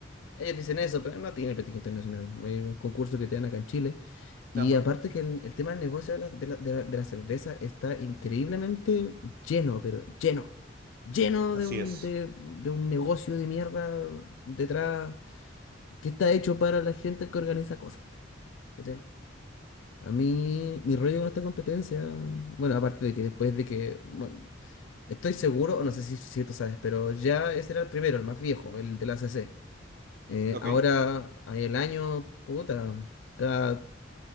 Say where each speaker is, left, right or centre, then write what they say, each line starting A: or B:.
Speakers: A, on the left; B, on the right.
A: Ellos dicen eso, pero no tienen prestigio internacional. Hay un concurso que te dan acá en Chile. Y
B: ajá,
A: aparte que el, el tema del negocio de la, de la- de la- de la cerveza está increíblemente lleno, pero lleno. Lleno
B: así
A: de un,
B: es,
A: de, de un negocio de mierda detrás que está hecho para la gente que organiza cosas. po, ¿cachai? A mí, mi rollo con esta competencia, bueno, aparte de que después de que, bueno, estoy seguro, o no sé si, si tú sabes, pero ya ese era el primero, el más viejo, el de la A C. C. Eh,
B: ok,
A: ahora hay el año, puta, cada,